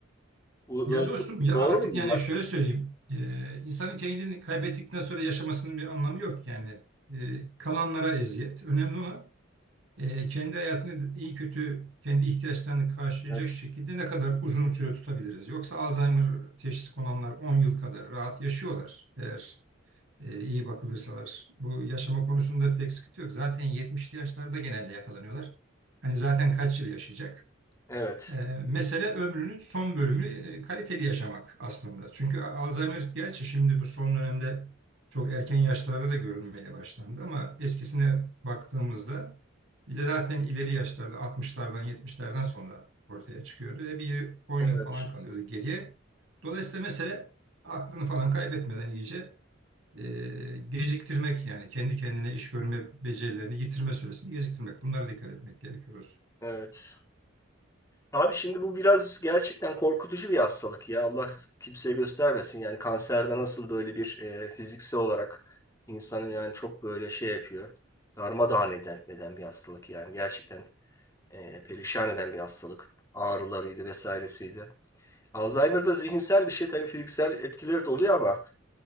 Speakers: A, on the left; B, on the right.
A: Bu
B: Ya
A: böyle
B: dostum ya
A: doğru
B: artık
A: mu
B: yani
A: bunlar?
B: şöyle söyleyeyim. Ee, insanın kendini kaybettikten sonra yaşamasının bir anlamı yok yani. Ee, kalanlara eziyet. Önemli olan e, kendi hayatını iyi kötü kendi ihtiyaçlarını karşılayacak
A: Evet.
B: şekilde ne kadar uzun süre tutabiliriz. Yoksa Alzheimer teşhisi konanlar 10 yıl kadar rahat yaşıyorlar eğer e, iyi bakılırsalar. Bu yaşama konusunda pek sıkıntı yok. Zaten 70'li yaşlarda genelde yakalanıyorlar. Hani zaten kaç yıl yaşayacak?
A: Evet.
B: E, mesele ömrünün son bölümünü e, kaliteli yaşamak aslında. Çünkü Alzheimer gerçi şimdi bu son dönemde çok erken yaşlarda da görülmeye başlandı ama eskisine baktığımızda ya zaten ileri yaşlarda 60'lardan 70'lerden sonra ortaya çıkıyordu. E bir yıl, 10
A: Evet.
B: yıl falan kalıyordu geriye. Dolayısıyla mesele aklını falan kaybetmeden iyice e, geciktirmek yani kendi kendine iş görme becerilerini yitirme süresini geciktirmek. Bunlara dikkat etmek gerekiyor. dostum.
A: Evet. Abi şimdi bu biraz gerçekten korkutucu bir hastalık ya. Allah kimseye göstermesin. Yani kanserde nasıl böyle bir e, fiziksel olarak insanı yani çok böyle şey yapıyor. Darmadağın eden, eden bir hastalık yani. Gerçekten e, perişan eden bir hastalık. Ağrılarıydı vesairesiydi. Alzheimer'da zihinsel bir şey tabii fiziksel etkileri de oluyor ama